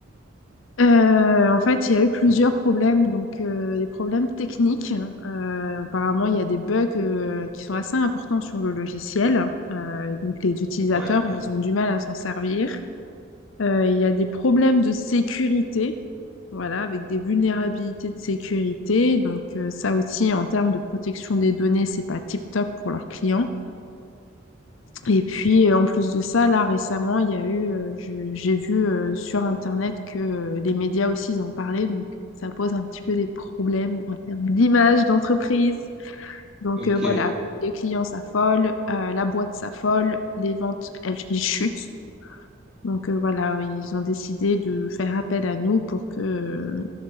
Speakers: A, on the left; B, in the centre.
A: Euh, en fait, il y a eu plusieurs problèmes, donc euh, des problèmes techniques. Euh, apparemment, il y a des bugs euh, qui sont assez importants sur le logiciel. Euh, et donc, les utilisateurs,
B: Ouais.
A: Ouais. ils ont du mal à s'en servir. Euh, il y a des problèmes de sécurité, voilà, avec des vulnérabilités de sécurité. Donc euh, ça aussi, en termes de protection des données, c'est pas tip-top pour leurs clients. Et puis euh, en plus de ça, là récemment, il y a eu, euh, je- j'ai vu euh, sur Internet que euh, les médias aussi ils en parlaient, donc ça pose un petit peu des problèmes en termes d'image d'entreprise. Donc
B: Ok.
A: euh, voilà,
B: Et,
A: les clients s'affolent, euh, la boîte s'affole, les ventes, elles, ils chutent. Donc euh, voilà, ils ont décidé de faire appel à nous pour que, euh,